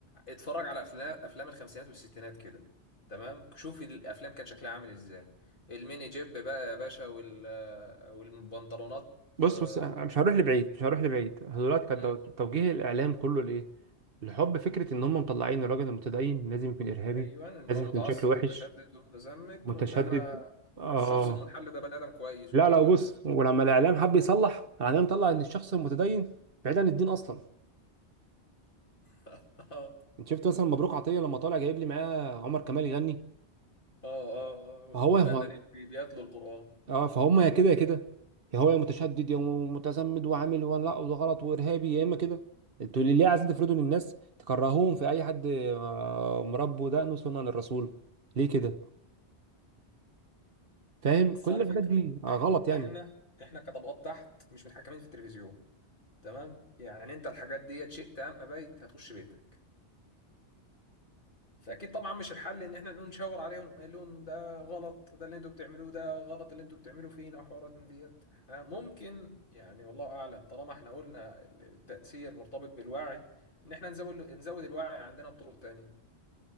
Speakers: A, on the left (about 50°); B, on the right (about 60°).
A: اتفرج على أفلام أفلام الخمسينات والستينات كده تمام شوف الأفلام كان شكلها عامل إزاي الميني جيب بقى يا باشا وال والبنطلونات
B: بص
A: آه،
B: بص انا مش هروح لبعيد مش هروح لبعيد دلوقتي كان
A: امم
B: دو- توجيه الاعلام كله لايه؟ لحب فكره ان هم مطلعين الراجل المتدين لازم يكون ارهابي
A: ايوه ان
B: لازم
A: هو متعصب
B: يكون شكله وحش
A: ومتشدد ومتزمت
B: متشدد
A: وانما
B: اه
A: الشخص المنحل ده بني ادم كويس
B: لا
A: وكيوت
B: لا بص
A: وزي
B: ولما الاعلام حب يصلح الاعلام طلع ان الشخص المتدين بعيد عن الدين اصلا
A: <laughs> اه
B: انت شفت مثلا مبروك عطيه لما طالع جايب لي معاه عمر كمال يغني
A: اه اه اه
B: فهو
A: وفنانين
B: هو
A: بي- بيتلوا القرآن
B: اه فهم يا كده يا كده يا هو يا متشدد يا متزمد وعامل وانا لا وده غلط وارهابي يا اما كده انتوا ليه ليه عايزين تفرضوا للناس تكرهوهم في اي حد آه، مربي ودقنه سنة للرسول ليه كده فاهم
A: بس
B: كل
A: على
B: الحاجات
A: فكرة
B: دي آه،
A: إح-
B: غلط يعني
A: احنا احنا كطبقات تحت مش متحكمين في التلفزيون تمام يعني انت الحاجات دي شئت ام ابيت هتخش بيتك فاكيد طبعا مش الحل ان احنا نقوم نشاور عليهم ونقوم قايل لهم ده غلط ده اللي انتوا بتعملوه ده غلط اللي انتوا بتعملوه فينا وحوارات من ديت احنا ممكن يعني والله اعلم طالما احنا قلنا التأثير مرتبط بالوعي ان احنا نزود نزود الوعي عندنا بطرق تانية